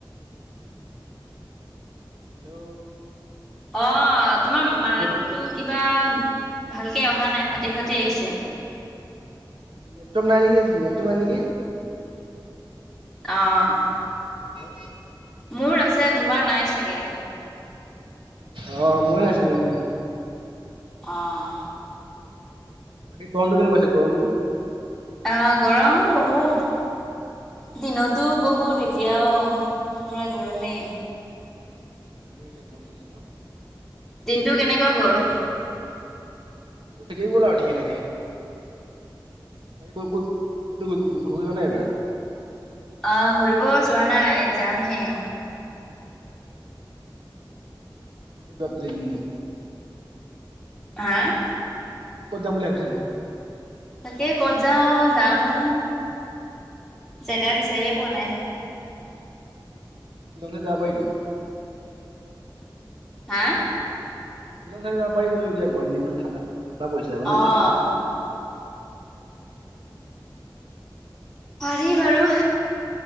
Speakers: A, on the right; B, in the centre.
A: হেল্ল'?
B: অ' তোমাৰ মাততো
A: নেটৱৰ্ক
B: কিবা ভালকে অহা নাই ফাটি ফাটি আহিছে।
A: নেটৱৰ্ক নাই নেকি নেটটো নাই নেকি?
B: অ'।
A: হেল্ল'?
B: মোৰ আছে, তোমাৰ নাই চাগে।
A: অঁ ময়ো আছিলোঁ দে।
B: অ'।
A: বাকী গৰমটো কেনেকুৱা পাইছে গৰমটো?
B: আহ গৰম বহুত। দিনতো বহুত এতিয়াও পুৰা গৰমেই।
A: উ গৰমে এতিয়া গৰম ন য ন <unintelligible>
B: দিনটো কেনেকুৱা গ'ল?
A: ঠিকেই গ'ল আৰু ঠিকে থাকে। এইবাৰ ক'তো ঘূৰিবলে যোৱা নাই এইবাৰ?
B: অঁ ঘূৰিব যোৱা নাই যামহে।
A: ডাব্লিং।
B: হা'?
A: ক'ত যাম বুলি ভাবিছানো?
B: তাকেই ক'ত যাওঁ জানো, জেগা বিচাৰিয়ে পোৱা নাই।
A: এইকন জেগাত যাব পাৰিটো।
B: হা'?
A: শিলং চাইডত যাব পাৰি কৈছো এতিয়া গৰমদিন ঠাণ্ডাত ঠাণ্ডা পৰিছে ন
B: অ'
A: এতিয়া অলপ।
B: পাৰি বাৰু?